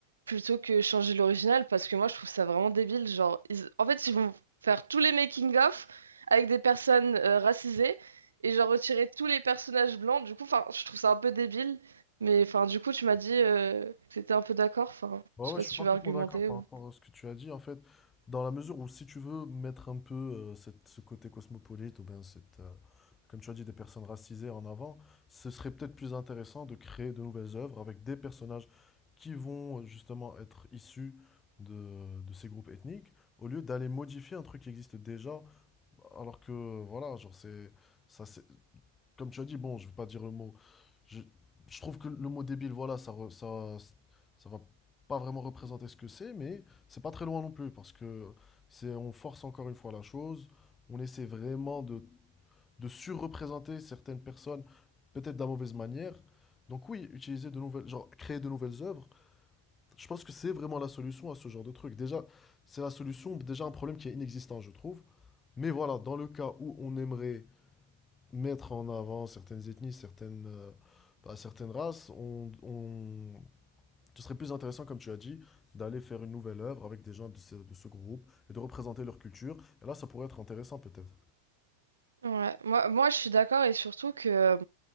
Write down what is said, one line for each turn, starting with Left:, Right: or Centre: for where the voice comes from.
Right: plutôt que changer l'original parce que moi je trouve ça vraiment débile. Genre, ils- en fait, ils vont faire tous les making-of avec des personnes euh, racisées et genre retirer tous les personnages blancs. Du coup, enfin, je trouve ça un peu débile. Mais enfin, du coup, tu m'as dit euh, que t'étais un peu d'accord. Enfin,
Left: Ouais,
Right: je
Left: ouais,
Right: sais pas
Left: je
Right: si
Left: suis
Right: tu
Left: parfaitement
Right: veux argumenter
Left: d'accord par
Right: ou.
Left: rapport à ce que tu as dit. En fait, dans la mesure où si tu veux mettre un peu euh, cette- ce côté cosmopolite ou bien cette, euh, comme tu as dit, des personnes racisées en avant, ce serait peut-être plus intéressant de créer de nouvelles œuvres avec des personnages qui vont euh, justement être issus de, de ces groupes ethniques, au lieu d'aller modifier un truc qui existe déjà, alors que voilà, genre c'est ça, c'est- comme tu as dit, bon, je ne veux pas dire le mot. Je, je trouve que le mot débile, voilà, ça, re- ça, ça va pas vraiment représenter ce que c'est, mais c'est pas très loin non plus parce que c'est, on force encore une fois la chose. On essaie vraiment de, de surreprésenter certaines personnes, peut-être de la mauvaise manière. Donc oui, utiliser de nouvelles, genre créer de nouvelles œuvres, je pense que c'est vraiment la solution à ce genre de truc. Déjà, c'est la solution, déjà un problème qui est inexistant, je trouve. Mais voilà, dans le cas où on aimerait mettre en avant certaines ethnies, certaines, euh, bah, certaines races, on, on- ce serait plus intéressant, comme tu as dit, d'aller faire une nouvelle œuvre avec des gens de ce, de ce groupe et de représenter leur culture. Et là, ça pourrait être intéressant peut-être.
Right: Ouais, moi, moi je suis d'accord et surtout que, euh,